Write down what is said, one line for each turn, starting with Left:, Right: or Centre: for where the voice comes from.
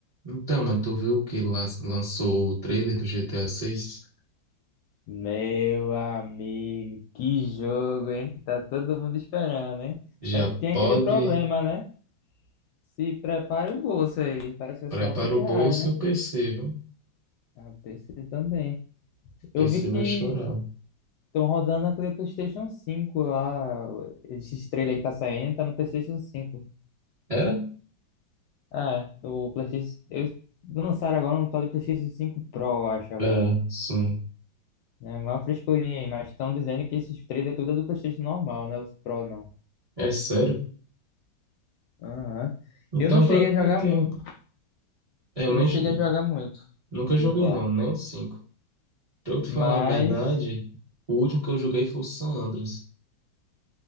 Right: Então, mano, tu viu que lan- lançou o trailer do GTA 6?
Left: Meu amigo, que jogo, hein? Tá todo mundo esperando, hein?
Right: Já
Left: Só que tem
Right: pode.
Left: aquele problema, né? Se prepare o bolso aí. Parece que vai
Right: Prepara
Left: ser 900
Right: o bolso
Left: reais, né?
Right: e o PC, viu? O
Left: Ah, o PC também. Eu
Right: PC
Left: vi que
Right: vai chorar.
Left: estão rodando aquele PlayStation 5 lá. Esse trailer que tá saindo tá no PlayStation cinco
Right: Era?
Left: É, o PlayStation. Eles lançaram agora um tal de PlayStation cinco Pro, eu acho agora.
Right: É, sim.
Left: É uma frescurinha, hein? Mas estão dizendo que esses trailers tudo é do PlayStation normal, né? Os Pro não.
Right: É sério?
Left: Aham.
Right: Então,
Left: Eu não cheguei
Right: pra
Left: a
Right: quem
Left: jogar
Right: tem.
Left: muito.
Right: é, Eu
Left: Eu
Right: nem...
Left: não cheguei
Right: jo-
Left: a jogar muito
Right: nunca joguei,
Left: GTA.
Right: não, nem o 5. Pra eu te
Left: Mas
Right: falar a verdade, o último que eu joguei foi o San Andreas.